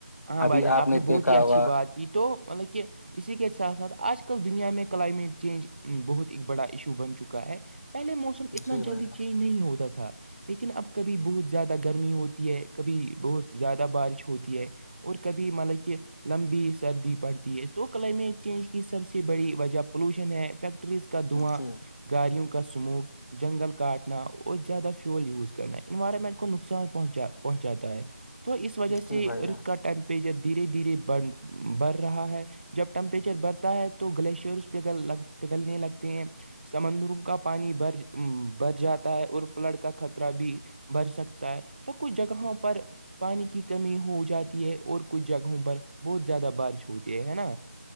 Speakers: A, on the right; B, on the left.
A: ہاں
B: ابھی
A: بھائی جان آپ نے بہت
B: دیکھا
A: ہی اچھی
B: ہوگا
A: بات کی تو مطلب کہ اسی کے ساتھ ساتھ آج کل دنیا میں کلائمیٹ چینج بہت ایک بڑا ایشو بن چکا ہے پہلے موسم اتنا
B: جی
A: جلدی
B: بھائی جان
A: چینج نہیں ہوتا تھا لیکن اب کبھی بہت زیادہ گرمی ہوتی ہے کبھی بہت زیادہ بارش ہوتی ہے اور کبھی مطلب کہ لمبی سردی پڑتی ہے تو کلائمیٹ چینج کی سب سے بڑی وجہ پولوشن ہے فیکٹر فیکٹریز کا دعااں
B: جی
A: گاریوں کا سموک جنگل کاٹنا اور زیادہ فیول یوز کرنا انوائرمنٹ کو نقصان پہنچا پہنچاتا ہے تو اس وجہ سے
B: جی بھائی
A: اردھ
B: جان
A: کا ٹیمپریچر دھیرے دھیرے بن بڑھ رہا ہے <unintelligible> جب ٹمپریچر بڑتا ہے تو گلیشیرس پگل پگلنے لگتے ہیں سمندروں کا پانی بر بر جاتا ہے اور فلڈ کا خطرہ بھی بڑھ سکتا ہے تو کچھ جگہوں پر پانی کی کمی ہو جاتی ہے اور کچھ جگہوں پر بہت زیادہ بارش ہوتی ہے ہے نا